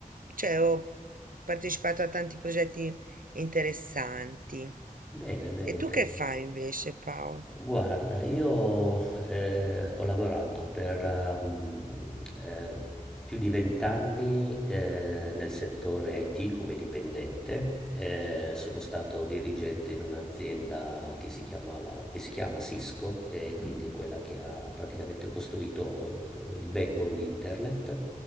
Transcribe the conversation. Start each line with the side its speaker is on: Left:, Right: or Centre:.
Right: cioè ho partecipato a tanti progetti interessanti.
Centre: Bene, bene
Right: E tu
Centre: te.
Right: che fai invece, Paolo?
Centre: Guarda, io eh, ho lavorato per ehm, eh, più di vent'anni eh, nel settore IT come dipendente. Eh, sono stato dirigente in un'azienda che si chiamava, che si chiama Cisco, e quindi è quella che ha praticamente costruito eh, il backbone di internet.